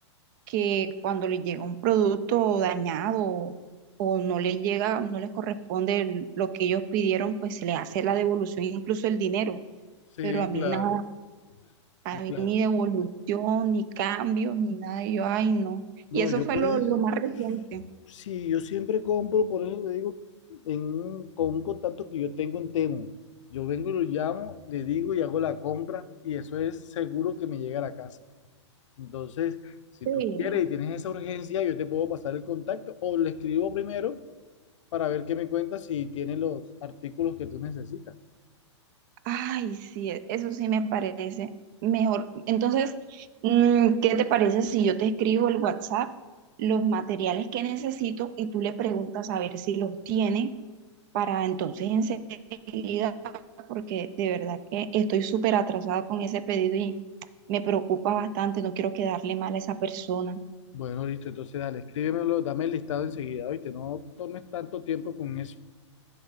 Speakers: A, on the right; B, on the left.
A: que cuando les llega un producto dañado o no les llega, no les corresponde el- lo que ellos pidieron, pues se les hace la devolución, incluso el dinero.
B: Sí,
A: Pero a mí
B: claro,
A: nada, a
B: sí,
A: mí
B: claro.
A: ni devolución, ni cambio, ni nada. Y yo, ay, no.
B: No,
A: Y eso
B: yo
A: fue
B: por
A: lo,
B: eso,
A: lo más reciente.
B: sí, yo siempre compro, por eso te digo, en un- con un contacto que yo tengo en Temu. Yo vengo y lo llamo, le digo y hago la compra y eso es seguro que me llega a la casa. Entonces, si
A: Sí.
B: tú quieres y tienes esa urgencia, yo te puedo pasar el contacto o le escribo primero para ver qué me cuentas si tiene los artículos que tú necesitas.
A: Ay, sí, e- eso sí me parece mejor. Entonces, mm, ¿qué te parece si yo te escribo el WhatsApp, los materiales que necesito y tú le preguntas a ver si los tiene para entonces enseguida, porque de verdad que estoy súper atrasada con ese pedido y me preocupa bastante, no quiero quedarle mal a esa persona.
B: Bueno, listo, entonces dale, escríbemelo, dame el listado enseguida, ¿oíste? No tomes tanto tiempo con eso.